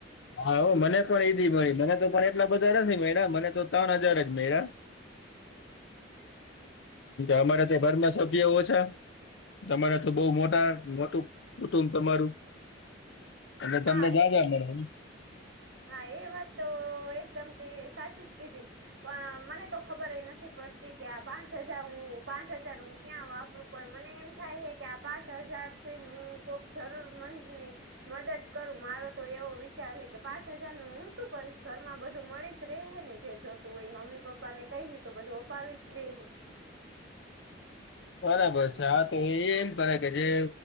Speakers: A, on the left; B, on the right.
A: હા મને પણ ઈદ મળી મને તો પણ એટલા બધા નથી મળ્યા મને તો ત્રણ હજાર જ મળ્યા
B: <inaudible>
A: અમારા ત્યા ઘરમાં સભ્ય ઓ છે તમારે તો બઉ મોટા મોટું કુટુંબ તમારું અને તમને
B: હા
A: જા
B: એ
A: જવા મળે
B: હા એ વાત તો એકદમ તે સાચી જ કીધી પણ મને તો ખબર એ નથી પડતી કે આ પાંચ હજાર હું પાંચ હજાર હું ક્યાં વાપરું પણ મને એમ થાય છે કે આ પાંચ હજાર સુ હું કોક જરૂર મંદ ને મદદ કરું મારો તો એવો વિચાર છે કે પાંચ હજાર નું હું શું કરીશ ઘરમાં બધું મળી જ રહે ને જે જોતું હોય મમ્મી પપ્પા ને કહી તો બધું વપાવી જ દે
A: બરાબર છે હા તો એ એમ કરે કે જે